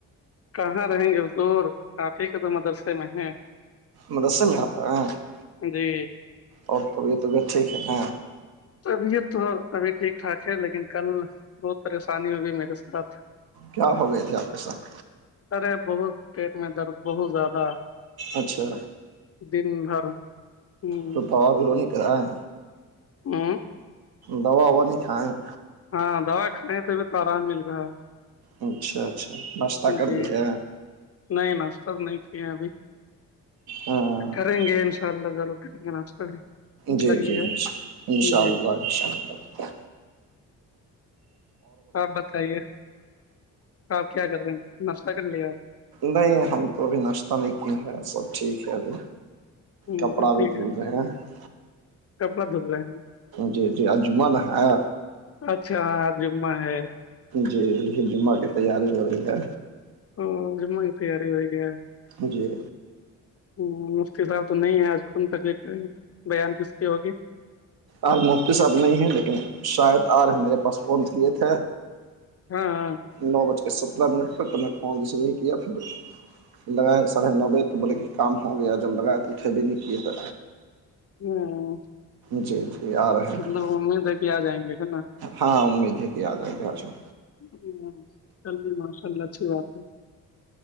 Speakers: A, on the left; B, on the right.
A: کہاں رہیں گے حضور آپ ہی کے تو مدرسے میں ہے
B: مجسم آپ ہیں <unintelligible>
A: جی
B: اور طبیعت طبیعت ٹھیک ہے نا
A: طبیعت تو ابھی ٹھیک ٹھاک ہے لیکن کل بہت پریشانی ہوگئی میرے ساتھ
B: کیا ہو گئے تھے آپ کے ساتھ
A: ارے بہت پیٹ میں درد بہت زیادہ
B: اچھا
A: دن بھر ہ
B: تو پاؤ کی لونی کرا ہے
A: ہ <inaudible>
B: دوا وا نہیں کھائےیں
A: ہاں دوا کھائےیں تو بھی تو آرام مل گا ہے
B: اچھا اچھا ناشتہ کر
A: جی
B: لیا
A: نہیں نا سٹر نہیں کیے ابھی
B: ہاں
A: کریں گے اللہالو کر ناسہ بھی <unintelligible>
B: جی جی
A: ہے
B: ان شاء
A: جی
B: اللہ ان شاء اللہ
A: آپ بتائیے آپ کیا کر رہے ہیں ناشتہ کر لیا آپ
B: نہیں ہم تو ابھی ناشتہ نہیں کیے سب ٹھیک ہے ابھی
A: ہوں
B: کپڑا
A: سب ٹھیک
B: بھی دھل
A: ہے
B: رہے ہیں
A: کپڑا دھل رہے ہیں
B: جی جی اجمن ہے
A: اچھا ہا جمعہ ہے
B: جی یہ جمعہ کی تیاری ہو رہی ہے
A: ہ جما تیاری ہو ئی ہیں
B: جی
A: ہ مفتی صاحب تو نہیں ہے آج کن تکلیف بیان کس کی ہوگی
B: آج مفتی صاحب نہیں ہیں لیکن شاید آج میرے پاس فون کی تھے
A: ہاں
B: نو بج کے سترہ منٹ پر ت نے فون ریسیو نہیں کیا پھر لگائے ساڑھے نو بجے بولے کہ کام ہو گیا جب لگائے تو اٹھے بھی نہیں کیے تو
A: ہاں
B: جی جی آ رہے ہیں
A: مطلب امید ہے کہ آ جائیں گے ہے نا
B: ہاں امید ہے کہ آ جائے گے آجوں
A: ہ چلیے ماشاء اللہ اچھی بات ہے